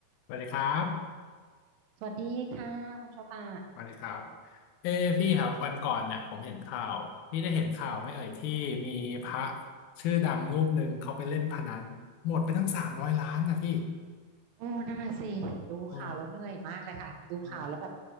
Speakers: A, on the left (about 85°); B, on the right (about 80°).
A: สวัสดีครับ
B: สวัสดีค่ะคุณโชตา
A: สวัสดีครับเอ้พี่ครับวันก่อนเนี่ยผมเห็นข่าว พี่ได้เห็นข่าวไหม่เอ่ยที่มีพระชื่อดังรูปหนึ่งเขาไปเล่นพนันหมดไปทั้งสามร้อยล้านนะพี่
B: โอ้นั่นน่ะสิดูข่าวแล้วเหนื่อยมากเลยค่ะดูข่าวแล้วแบบ
A: อ๋ออ๋อ